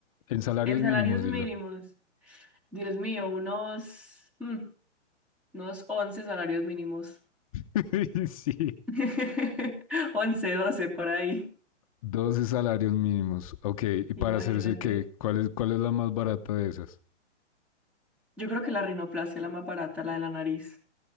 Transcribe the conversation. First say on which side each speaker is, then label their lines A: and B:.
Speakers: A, on the left; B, in the centre.
A: En salarios
B: en
A: mínimos,
B: salarios
A: dilo.
B: mínimos. Dios mío, unos, mm, unos 11 salarios mínimos.
A: <laughs> Sí.
B: <laughs> once, doce por ahí,
A: 12 salarios mínimos. Ok, ¿y para
B: imagínate.
A: hacerse qué? ¿Cuál es, cuál es la más barata de esas?
B: Yo creo que la rinoplastia es la más barata, la de la nariz.